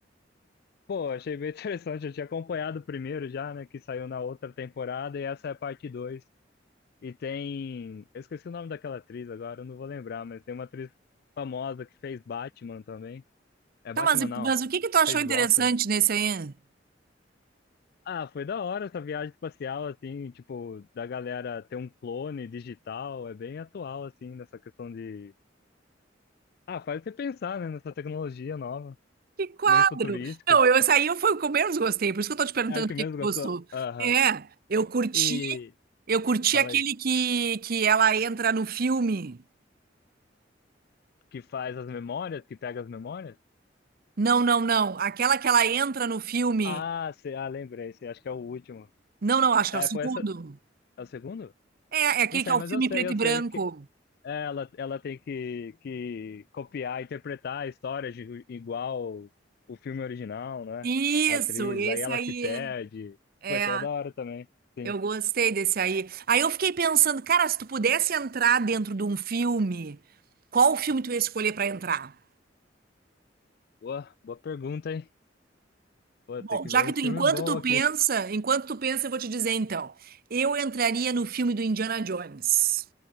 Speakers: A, on the left (about 55°); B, on the right (about 55°).
A: Pô, achei bem <laughs> interessante. Eu tinha acompanhado o primeiro já, né? Que saiu na outra temporada, e essa é a parte dois E tem. Eu esqueci o nome daquela atriz agora, eu não vou lembrar, mas tem uma atriz famosa que fez Batman também. É
B: Tá,
A: Batman,
B: mas,
A: não.
B: mas o que que tu achou
A: Fez
B: interessante
A: Gotham.
B: nesse aí?
A: Ah, foi da hora essa viagem espacial, assim, tipo, da galera ter um clone digital, é bem atual, assim, nessa questão de. Ah, faz você pensar, né, nessa tecnologia nova,
B: Que quadro!
A: meio futurístico.
B: Não, eu, esse aí foi o que eu menos gostei, por isso que eu tô te perguntando
A: É o que
B: o que
A: mesmo
B: que tu gostou.
A: gostou. Aham.
B: É, eu curti,
A: E,
B: eu curti
A: fala
B: aquele
A: aí,
B: que, que ela entra no filme.
A: que faz as memórias, que pega as memórias?
B: Não, não, não. Aquela que ela entra no filme
A: Ah, sei, ah, lembrei, sei, acho que é o último.
B: Não, não, acho que
A: É,
B: é o segundo.
A: foi essa. É o segundo?
B: É, é aquele
A: Não sei,
B: que é o
A: mas
B: filme
A: eu sei,
B: preto
A: eu
B: e branco.
A: sei. é, Ela, ela tem que, que copiar, interpretar a história de, igual o filme original, né?
B: Isso,
A: A atriz,
B: esse
A: aí ela
B: aí.
A: se perde.
B: É,
A: Pô, isso aí é da hora também. Sim.
B: eu gostei desse aí. Aí eu fiquei pensando, cara, se tu pudesse entrar dentro de um filme, qual filme tu ia escolher pra entrar?
A: Boa, boa pergunta, hein? Pô,
B: Bom,
A: tem que ver
B: já
A: um
B: que tu,
A: filme
B: enquanto
A: bom
B: tu
A: aqui.
B: pensa, enquanto tu pensa, eu vou te dizer então. Eu entraria no filme do Indiana Jones.